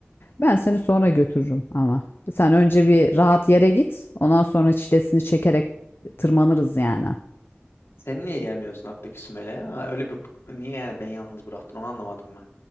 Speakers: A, on the left; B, on the left.
A: Ben seni sonra götürürüm ama. Sen önce bir rahat yere git. Ondan sonra çilesini çekerek tırmanırız yani.
B: Sen niye gelmiyorsun abi peki Sümele'ye? Ha, Öyle bir niye yani beni yalnız bıraktın onu anlamadım